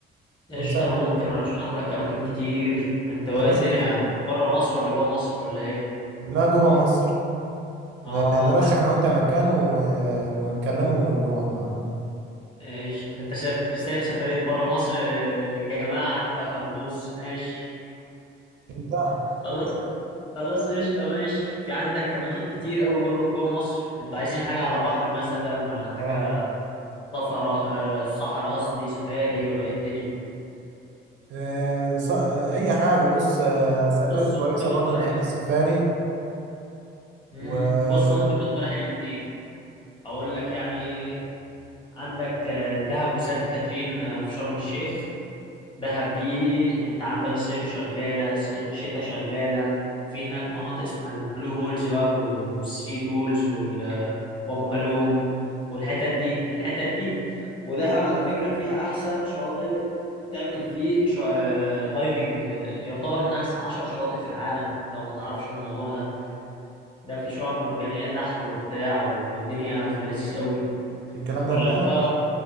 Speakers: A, on the left (about 25°); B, on the right (about 65°).
A: قشطة
B: ونسافر
A: انا ممكن ارشح لك اماكن كتير انت ايه
B: نرشح-
A: الدنيا بره مصر ولا جوه مصر ولا ايه
B: لا جوه مصر ن-
A: اه
B: نرشح
A: يا خ-
B: انا وانت مكان و- آه، ونكلمه ونروح معاه
A: قشطة انت سايب سايب سفرية بره مصر لل- للجماعة انت خلبوص ماشي
B: انت
A: خلاص خلاص قشطة ماشي في عندك اماكن كتير قوي جوه جوه مصر انتوا عايزين حاجة على بحر مثلا ولا حاجة
B: اه
A: صفراء آه، صحراء قصدي سفاري ولا ايه الدنيا
B: آه، ص- آه، اي حاجة بص آه سفاري
A: بص
B: كويسة
A: ممكن
B: برضه
A: نقترح
B: انا بحب السفاري
A: امم
B: والكلام
A: بص ممكن نقترح الاثنين اقول لك يعني ايه عندك آه، دهب وسانت كاترين آه، في شرم الشيخ دهب دي انت عندك صيف شغاله صي- شتاء شغاله في هناك مناطق اسمها البلو هولز بقى و- والثري تولز وال- وابو جالوم والحتت دي الحتت دي ودهب على فكره فيها احسن شاطئ تعمل فيه شا... دايفنج في يعتبر من احسن عشر شواطئ في العالم لو ما تعرفش الموضوع ده ده في شعاب مرجانية تحت وبتاع والدنيا في اللذيذ قوي
B: ده في
A: ولا
B: دهب
A: انت